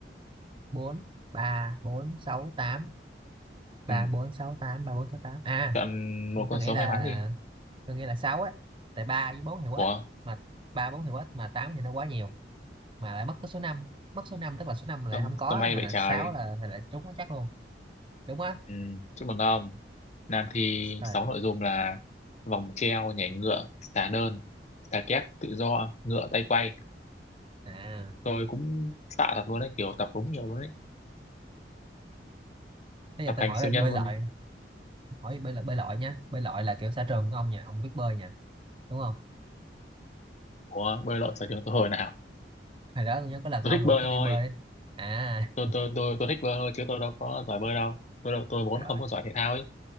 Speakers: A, on the right; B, on the left.
A: bốn ba bốn sáu tám ba
B: ừ.
A: bốn sáu tám ba bốn sáu tám à
B: chọn một
A: tôi
B: con số
A: nghĩ là
B: may mắn đi
A: tôi nghĩ là 6 á tại 3 với 4 thì quá
B: ủa
A: ít mà 3 4 thì quá ít mà 8 thì nó quá nhiều mà lại mất tới số năm mất số 5 tức là số 5 lại
B: sao,
A: không có
B: sao may
A: nên
B: vậy
A: là
B: trời
A: 6 là là, là trúng nó chắc luôn đúng á
B: ừ. chúc mừng ông Nam thi
A: rồi
B: sáu nội dung là vòng treo nhảy ngựa xà đơn xà kép tự do ngựa tay quay
A: à
B: tôi cũng sợ thật luôn đấy kiểu tập đúng nhiều luôn đấy
A: bây
B: tập
A: giờ tôi
B: thành
A: hỏi
B: siêu
A: về
B: nhân
A: bơi
B: luôn
A: lội
B: đấy.
A: hỏi bơi lội bơi lội nha bơi lội là kiểu xã trường của ông nha ông biết bơi nha đúng không
B: ủa bơi lội sở trường tôi hồi nào
A: hồi đó tôi nhớ có lần
B: tôi
A: ông
B: thích
A: rủ
B: bơi
A: tôi
B: thôi
A: đi bơi ấy. à
B: tôi tôi tôi tôi thích bơi thôi chứ tôi đâu có giỏi bơi đâu tôi đâu tôi vốn
A: <laughs> rồi
B: không có giỏi thể thao ấy